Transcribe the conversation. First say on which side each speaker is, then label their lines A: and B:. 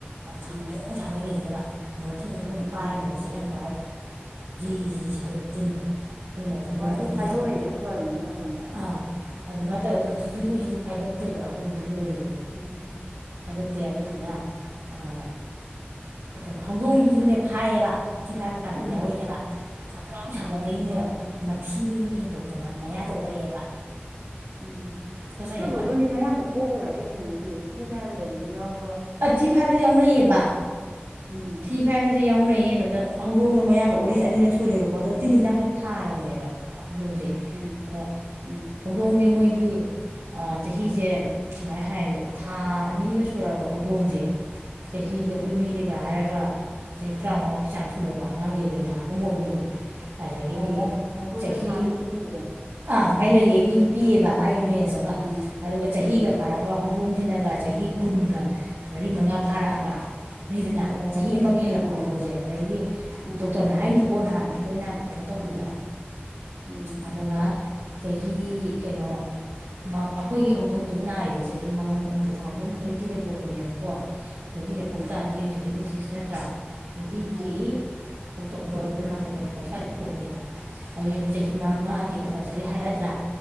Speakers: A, on the right (about 80°); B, on the right (about 55°).
A: ꯁꯥꯡꯇꯣꯡ
B: ꯎꯝ
A: ꯁꯥꯡꯒꯩ ꯂꯩꯅꯦꯕ ꯑꯗꯨꯗ ꯃꯊꯟꯁꯦ ꯑꯩꯈꯣꯏꯅ
B: ꯎꯝ
A: ꯄꯥꯏꯔꯒꯅꯦ ꯆꯦꯔꯪ ꯄꯥꯏꯔ ꯖꯤꯖꯤ ꯆꯠ ꯇꯤꯟꯗꯣ ꯑꯈꯣꯢꯗꯤ ꯃꯇꯝꯗꯨꯗ
B: ꯍꯣꯏ ꯑꯗꯨ ꯐꯥꯏꯗꯣꯔꯛꯏꯗꯣ
A: ꯍꯤꯗꯥꯛꯄꯤ
B: ꯐꯔꯤꯅꯦ ꯑꯃꯔꯣꯝꯗ
A: ꯑꯥ ꯑꯗꯨꯃꯥꯏꯅ ꯇꯧꯋꯦ ꯑꯗꯣ ꯍꯧꯖꯤꯛꯀꯤ ꯍꯨꯏꯁꯤꯗꯤ ꯐꯥꯏꯗꯣꯛꯇꯦꯕ ꯑꯩꯈꯣꯢ ꯍꯧꯖꯤꯛ ꯂꯣꯏꯔꯤ
B: ꯎꯝ
A: ꯐꯥꯢꯗꯣꯛꯇꯦ ꯑꯗꯨꯗꯨꯅ ꯑꯥ ꯀꯩꯅꯣ ꯍꯧꯗꯣꯡꯗꯨꯁꯨꯅꯦ ꯐꯥꯏꯌꯦꯕ ꯃꯊꯤ ꯐꯥꯏꯕ ꯀꯥꯟꯗ
B: ꯎꯝ
A: ꯌꯥꯎꯔꯛꯑꯦꯕ ꯁꯥꯡꯇ꯭ꯔꯣꯛ ꯁꯥꯡꯒꯩ
B: ꯑꯣ
A: ꯑꯗꯩꯅꯦ
B: ꯌꯥꯎꯕꯅꯤ
A: ꯃꯊꯤꯗꯒꯤ ꯍꯦꯟꯗꯣꯛꯇꯅ ꯃꯌꯥꯗ ꯑꯣꯔꯛꯑꯦꯕ
B: ꯎꯝ
A: ꯇꯨꯀꯠꯆꯩꯑꯕ
B: ꯈꯣꯢ ꯕꯣꯖꯣꯟꯗꯤ ꯃꯌꯥꯗ ꯑꯣꯕꯒꯗꯤ ꯊꯦꯡꯅꯗꯦ ꯃꯊꯤꯐꯥꯢꯕꯗꯕꯨꯗꯤ ꯌꯥꯎ
A: ꯑꯥ ꯊꯤ ꯐꯥꯏꯕꯗꯗꯤ ꯌꯥꯎꯅꯩꯌꯦꯕ
B: ꯎꯝ
A: ꯊꯤ ꯐꯥꯏꯕꯁꯤꯗꯤ ꯌꯥꯎꯅꯩ ꯅꯦ ꯑꯗꯨꯗ ꯍꯧꯗꯣꯡꯗꯣ ꯃꯌꯥꯗ ꯑꯣꯔꯛꯢꯁꯦ ꯑꯅꯤꯔꯛ ꯁꯨꯔꯦꯕꯀꯣ ꯑꯗꯣ ꯇꯤꯟꯍꯤꯗꯥꯛꯁꯦ ꯊꯥꯔꯕꯅꯦꯕ ꯍꯧꯗꯣꯡꯁꯦ
B: ꯎꯝ
A: ꯑꯗ
B: ꯎꯝ
A: ꯍꯧꯗꯣꯡꯁꯦ ꯃꯣꯏ ꯗꯤ ꯑꯥ ꯆꯍꯤꯁꯦ ꯁꯨꯃꯥꯏꯅ ꯍꯥꯏꯖꯦ ꯊꯥ ꯑꯅꯤꯒ ꯁꯨꯔꯕ ꯍꯧꯗꯣꯡꯁꯦ ꯆꯍꯤꯗ
B: ꯎꯝ
A: ꯑꯩꯈꯣꯏ ꯃꯤꯗ ꯒ ꯍꯥꯏꯔꯒ ꯆꯍꯤ ꯇꯔꯥꯃꯉꯥꯃꯨꯛꯀꯤ ꯆꯥꯡ ꯁꯨꯔꯕ ꯑꯉꯥꯡꯒꯤ ꯂꯦꯡꯒꯥꯒꯨꯝꯕ ꯑꯣꯏꯅꯤ ꯑꯗꯒꯤꯗꯤ
B: ꯑꯣ ꯍꯧꯗꯣꯡꯗ
A: ꯆꯍꯤ
B: ꯊꯥꯑꯅꯤꯃꯨꯛ ꯁꯨꯕꯁꯦ
A: ꯑꯗꯨꯃꯥꯏꯅ ꯂꯩꯌꯦ ꯃꯤꯒꯤ ꯄꯤꯌꯦꯕ ꯃꯥꯒꯤ ꯔꯦꯟꯖ ꯑꯃ
B: ꯎꯝ
A: ꯑꯗꯨꯒ ꯆꯍꯤꯒ
B: ꯎꯝ
A: ꯐꯔꯕ ꯍꯧ ꯗꯣꯡꯁꯤꯅꯒ ꯆꯍꯤ ꯀꯨꯟꯒ ꯃꯔꯤ ꯃꯉꯥ ꯐꯥꯔꯛꯑꯕ ꯂꯩꯗꯅ
B: ꯑꯣ
A: ꯆꯍꯤ ꯑꯃꯒ ꯍꯦꯜꯂꯛꯄ
B: ꯎꯝ
A: ꯍꯧꯗꯣꯡꯁꯦ ꯑꯗꯩꯗꯤ
B: ꯎꯝ
A: ꯗꯣꯛꯇꯔꯅ ꯍꯥꯏꯅꯤꯀꯣ ꯅꯍꯥꯟ ꯑꯩꯈꯣꯏꯅ ꯀꯩꯅꯣ ꯇꯧꯕꯗ
B: ꯎꯝ ꯎꯝ
A: ꯑꯗꯨꯒ ꯆꯍꯤ ꯀꯩꯅꯣ ꯃꯥ ꯑꯩꯈꯣꯏꯒꯤ ꯍꯧꯗꯣꯡ ꯍꯧꯖꯤꯛ ꯅꯥꯏꯔꯤꯁꯦ ꯆꯍꯤ ꯃꯉꯥ ꯇꯨ ꯊꯥꯎꯖꯟ ꯇ꯭ꯋꯦꯟꯇꯤꯗ ꯄꯣꯛ ꯄꯅꯦꯕꯀꯣ ꯇ꯭ꯋꯦꯟꯇꯤꯗ
B: ꯎꯝ
A: ꯄꯣꯛꯄ ꯇꯥꯔꯗꯤ ꯍꯧꯖꯤꯛ ꯇ꯭ꯋꯦꯟꯇꯤ ꯁꯤꯛꯁ ꯅꯠꯇ꯭ꯔꯥ ꯇ꯭ꯋꯦꯟꯇꯤꯒꯤ
B: ꯃꯥꯅꯤ
A: ꯑꯣꯛꯇꯣꯕꯔ ꯅꯕꯦꯝꯕꯔ ꯁ꯭ꯋꯥꯏꯗ ꯀꯣꯛꯄꯅꯦꯕ ꯑꯗꯨꯑꯣꯏꯗꯤ ꯆꯍꯤ ꯃꯉꯥꯗꯤ
B: ꯎꯝ
A: ꯀꯝꯄꯜ ꯉꯁꯥꯏꯒꯤ ꯍꯥꯏꯔꯛꯑꯗ꯭ꯔꯥ